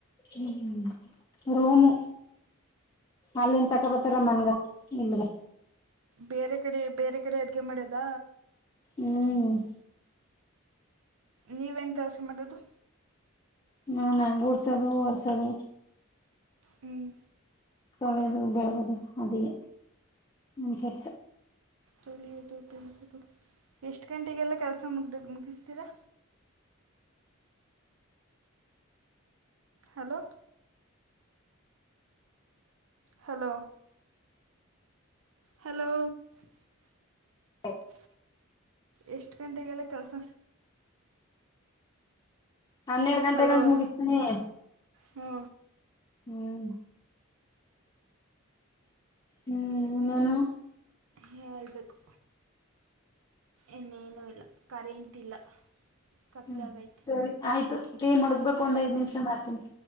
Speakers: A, on the left (about 20°); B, on the right (about 70°).
A: ಹ್ಮ್ ರೂಮ್ ಅಲ್ಲಿನ್ ತಕೊಬತಾರ ಮನ್ಗಕೆ ಇಲ್ಗ
B: ಬೇರೆ ಕಡೆ ಬೇರೆ ಕಡೆ ಅಡುಗೆ ಮಾಡ್ಯದ
A: ಹ್ಮ್
B: ನೀವೇನ್ ಕೆಲಸ ಮಾಡೋದು
A: ಹಾ ನಾನು ಗೂಡ್ಸದು ಹೊರ್ಸದು
B: ಹ್ಮ್
A: ಒಗೆದು ಬೆಳಗದು ಅದೇ ನಮ್ ಕೆಲ್ಸ
B: ತೊಳೆಯದು ಬೆಳಗೋದು ಎಷ್ಟು ಗಂಟೆಗೆಲ್ಲ ಕೆಲಸ ಮುಗ್ದ ಮುಗಿಸ್ತೀರಾ ಹಲೋ ಹಲೋ ಹಲೋ
A: ಹ
B: ಎಷ್ಟ್ ಗಂಟೆಗೆಲ್ಲ ಕೆಲಸ
A: ಹನ್ನೆರಡ್ ಗಂಟೆ
B: ಹಲೋ
A: ಗಂ ಮುಗಿಸ್ತನಿ
B: ಹ್ಞೂ
A: ಹ್ಮ್ ಹ್ಮ್ ಇನ್ನೇನು
B: ನೀನೇ ಹೇಳ್ಬೇಕು. ಇನ್ನೇನುೂ ಇಲ್ಲ ಕರೆಂಟ್ ಇಲ್ಲ. ಕತ್ಲಾಗೈತೆ
A: ಹ್ಮ್ ಸರಿ ಆಯ್ತು ಟೀ ಮಡ್ಗ್ಬೇಕು ಒಂದ್ ಐದ್ ನಿಮಿಷ ಮಾಡತೀನಿ